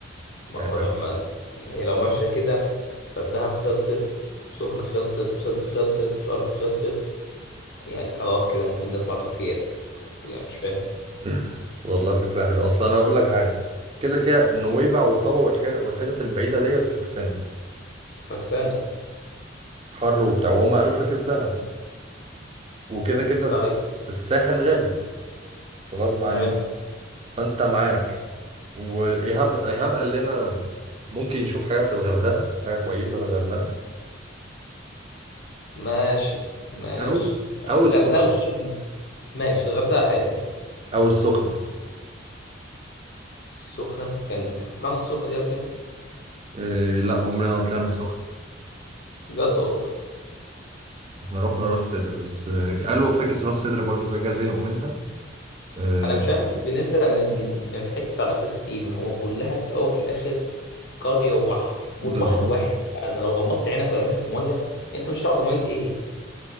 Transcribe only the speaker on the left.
ما
هو لما هي لو ماشيه كده فالدهب خلصت سخنه خلصت وصدر خلصت وشرم خلصت يعني خلاص كده ممكن نطلع تركيا انتوا يعني مش فاهم
فكسانه
طيب
حلو
ماشي ماشي
مع إن
الغردقه وشرم ماشي الغردقه حلوه
السخنه كان احنا طلعنا السخنه دي قبل كده
بجد والله
انا مش فاهم بنزهق من من من حته على اساس ايه ما هو كلها في الاول وفي الاخر قرية وبحر والبحر
واحد انا لو غمضت عينك ورميتك في مية انت مش هتعرف دي مية ايه